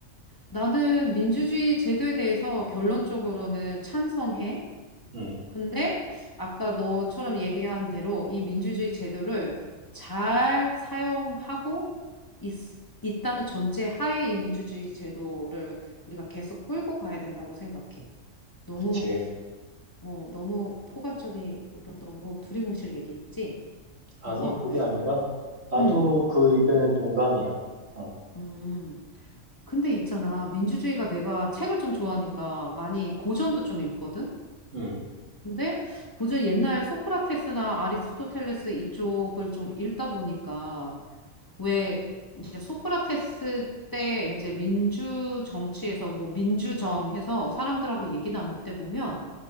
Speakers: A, on the left; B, on the right.
A: 나는 민주주의 제도에 대해서 결론적으로는 찬성해.
B: 음,
A: 근데 아까 너처럼 얘기한 대로 이 민주주의 제도를 잘 사용하고 있, 있다는 전제 하에 이 민주주의 제도를 우리가 계속 끌고 가야 된다고 생각해. 너무,
B: 그치.
A: 어, 너무 포괄적으로 너무 두리뭉실 얘기했지.
B: 아니,
A: 그래서,
B: 그게 아니라, 나도
A: 음,
B: 그 의견엔 동감이야. 어,
A: 음. 근데 있잖아. 민주주의가 내가 책을 좀 좋아하니까 많이 고전도 좀 읽거든?
B: 음,
A: 근데 고전 옛날 소크라테스나 아리스토텔레스 이쪽을 좀 읽다 보니까 왜 이제 소크라테스 때 이제 민주 정치에서 뭐 민주정 해서 사람들하고 얘기 나눌 때 보면